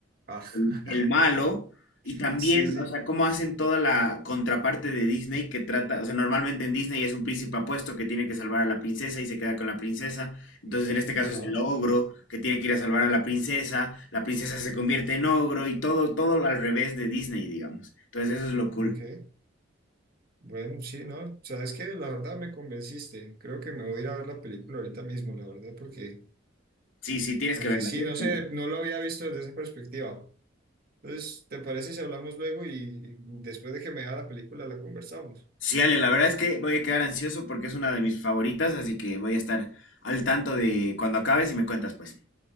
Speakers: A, on the right; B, on the left.
A: Ah,
B: el, el malo, y
A: <laughs>
B: también,
A: sí, sí,
B: o sea, cómo hacen toda la contraparte de Disney que trata, o sea, normalmente en Disney es un príncipe apuesto que tiene que salvar a la princesa y se queda con la princesa, entonces en este caso
A: ajá,
B: es el ogro que tiene que ir a salvar a la princesa, la princesa se convierte en ogro y todo, todo al revés de Disney, digamos. Entonces eso es lo cool.
A: ok. Bueno, sí, no, sabes que la verdad me convenciste. Creo que me voy a ir a ver la película ahorita mismo, la verdad, porque,
B: Sí, sí, tienes
A: porque
B: que verla.
A: sí,
B: tienes
A: no
B: que
A: sé,
B: verla.
A: no lo había visto desde esa perspectiva. Entonces, ¿te parece si hablamos luego y, y después de que me vea la película la conversamos?
B: Sí, Ale, la verdad es que voy a quedar ansioso porque es una de mis favoritas, así que voy a estar al tanto de cuando acabes y me cuentas, pues.